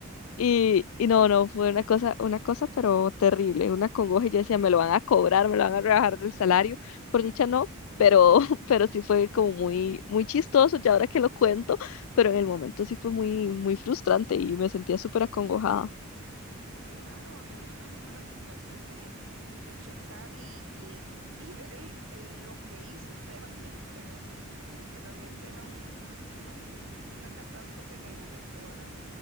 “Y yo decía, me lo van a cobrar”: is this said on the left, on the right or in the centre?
Left